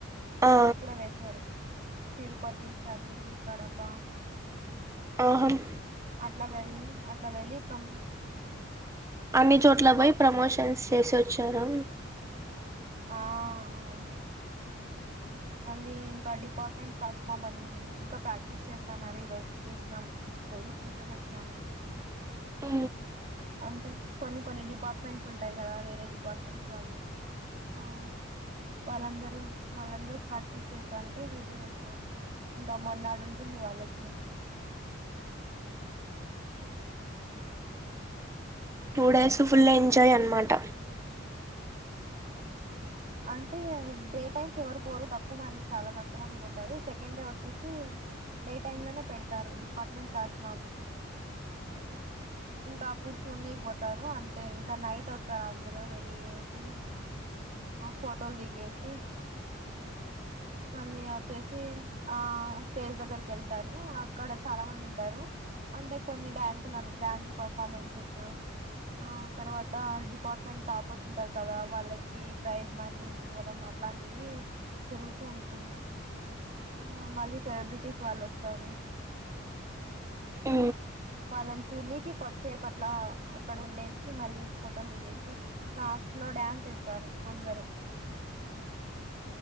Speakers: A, on the right; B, on the right.
A: ఆ
B: అక్కడ కూడా వెళ్తారు తిరుపతి కదిరీ కడపా
A: ఆహమ్
B: అట్ల వెళ్ళీ అట్ల వెళ్లి పం
A: అన్ని చోట్లా బొయ్ ప్రమోషన్స్ చేసొచ్చారా
B: ఆ అవును మళ్ళీ ఇంకా డిపాట్మెంట్ తస్మా పని ఉంది ఇంకా ప్రాక్టీస్ చేస్తా అన్నారు ఈరోజు చూసినం పోయి చూసేసి వచ్చినాం మేం
A: ఊ
B: అంటే కొన్ని కొన్ని డిపాట్మెంట్స్ ఉంటాయి గదా వేరే డిపాట్మెంట్స్ వాళ్ళు ఆ వాళ్ళందరూ వాళ్ళందరూ ప్రాక్టీస్ చేస్తా అంటే ఈ రోజే వచ్చినాం ఇంకా మరునాడు ఉంటుంది వాళ్ళకి.
A: టూ డేస్ ఫుల్ ఎంజాయ్ అన్మాట
B: అంటే డే టైమ్స్ ఎవరు పోరు తక్కువ మంది చాలా తక్కువ మంది పోతారు. సెకండ్ డే వచ్చేసీ డే టైమ్ లోనే పెడతారు డిపాట్మెంట్ తస్మాము ఇంకా అప్పుడు చూడ్నికి పోతారు. అంటే ఇంకా నైట్ ఒస్తారు అందరు రెడీ చేేసి ఫోటోలు దిగేసి మళ్ళీ వచ్చేసీ ఆ స్టేజ్ దగ్గరకి ఎళ్తారు అక్కడ జు చాలా మంది ఉంటారు. అంటే కొన్ని డ్యాన్స్లు అన్ డ్యాన్స్ పర్ఫామెన్సెస్ అ ఆ తర్వాతా డిపాట్మెంట్ టాపర్ అంటారు కదా వాళ్ళకీ ప్రైజ్ మనీ ఇవ్వడం అట్లాంటివి జరుగుతూ ఉంటుంది. ఆ మళ్ళీ సెలబ్రిటీస్ వాళ్ళు ఒస్ తరు
A: ఉ
B: వాళ్ళన్ చూనికి కొద్దిసేపట్లా అక్కడ ఉండేసి మళ్ళీ ఫోటోలు దిగేసి లాస్ట్ లో డ్యాన్స్ ఎస్తారు అందరూ.